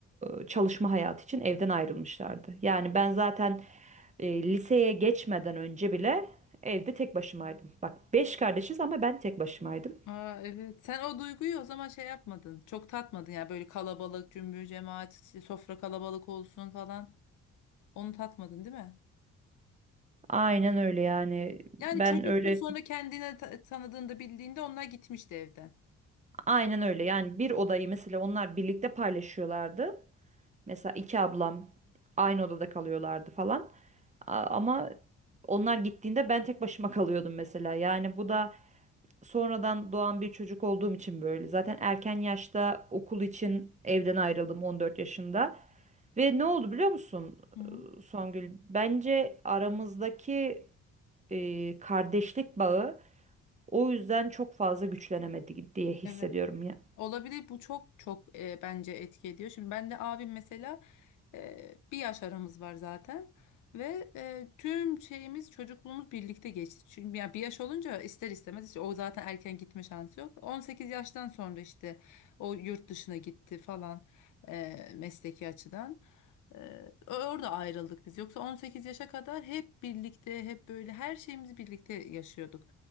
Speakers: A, on the right; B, on the left.
A: e, çalışma hayatı için evden ayrılmışlardı. Yani ben zaten e, liseye geçmeden önce bile evde tek başımaydım. Bak beş kardeşiz ama ben tek başımaydım.
B: Aa, evet. Sen o duyguyu o zaman şey yapmadın. Çok tatmadın yani böyle kalabalık, cümbür cemaat, işte sofra kalabalık olsun falan. Onu tatmadın değil mi?
A: Aynen öyle yani
B: Yani
A: ben
B: çocuktun
A: öyle
B: sonra kendine ta- tanıdığında bildiğinde onlar gitmişti evden.
A: aynen öyle yani bir odayı mesela onlar birlikte paylaşıyorlardı. Mesela iki ablam aynı odada kalıyorlardı falan. A- Ama onlar gittiğinde ben tek başıma kalıyordum mesela. Yani bu da sonradan doğan bir çocuk olduğum için böyle. Zaten erken yaşta okul için evden ayrıldım 14 yaşında. Ve ne oldu biliyor musun
B: Hı.
A: e, Songül? Bence aramızdaki e, kardeşlik bağı o yüzden çok fazla güçlenemedi diye hissediyorum
B: Evet.
A: ya.
B: Olabilir bu çok çok e, bence etki ediyor. Şimdi ben de abim mesela e, bir yaş aramız var zaten ve e, tüm şeyimiz çocukluğumuz birlikte geçti. Çünkü ya bir yaş olunca ister istemez işte o zaten erken gitme şansı yok. 18 yaştan sonra işte o yurt dışına gitti falan e, mesleki açıdan. Ee, orada ayrıldık biz. Yoksa 18 yaşa kadar hep birlikte, hep böyle her şeyimizi birlikte yaşıyorduk.